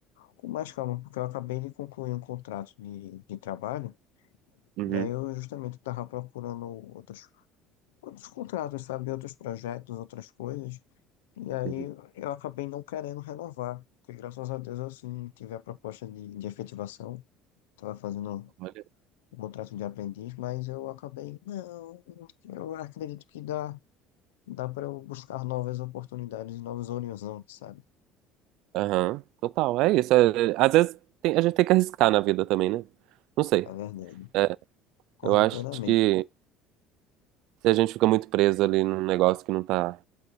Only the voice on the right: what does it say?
Uhum.
uhum.
Olha.
Aham, Total, é isso. É- Às vezes tem- a gente tem que arriscar na vida também, né? Não sei.
É,
eu acho
que se a gente fica muito preso ali num negócio que não tá.